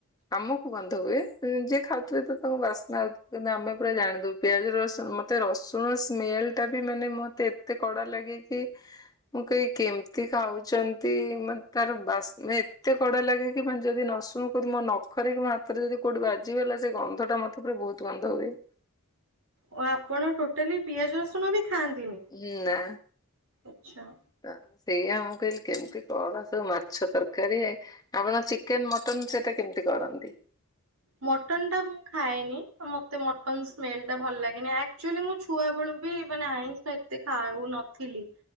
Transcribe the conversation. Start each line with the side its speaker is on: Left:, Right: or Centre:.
Left: ଆମକୁ ଗନ୍ଧ ହୁଏ ଯିଏ ଖାଉ ଥିବ ତାଙ୍କୁ ବାସ୍ନା କିନ୍ତୁ ଆମେ ପୁରା ଜାଣିଦୋବୁ ପିଆଜ ରସୁଣ ମୋତେ ରସୁଣ ସ୍ମେଲ ଟା ବି ମାନେ ମ ତେ ଏତେ କଡା ଲାଗେ କି ମୁଁ କହିବି କେମିତି ଖାଉଚନ୍ତି ମତେ ତାର ବାସ୍ନା ଏତେ କଡା ଲାଗେ କି ମାନେ ଯଦି ର ସୁଣକୁ ଯଦି ମୋ ନଖରେ କି ମୋ ହାତରେ ଯଦି କୋଉଠି ବାଜିଗଲା ସେ ଗନ୍ଧଟା ମତେ ପୁରା ବୋହୁତ ଗନ୍ଧ ହୁଏ।
Right: ଓ ଆପଣ ଟୋଟାଲି ପିଆଜ ରସୁଣ ବି ଖାଆନ୍ତିନି।
Left: ଉଁ ନାଁ।
Right: ଆଚ୍ଛା।
Left: ତ ସେଇଆ ମୁଁ କହିଲି କେମିତି କଣ ସବୁ ମାଛ ତରକାରୀ। ଆପଣ ଚିକେନ ମଟନ ସେଇଟା କେମିତି କରନ୍ତି?
Right: ମଟନ ଟା ମୁଁ ଖାଏନି। ମତେ ମଟନ ସ୍ମେଲଟା ଭଲ ଲାଗେନି। ଆକଚୁଏଲ ମୁଁ ଛୁ ଆ ବେଳୁ ବି ମାନେ ଆଇଁଷ ଏତେ ଖାଉ ନଥିଲି।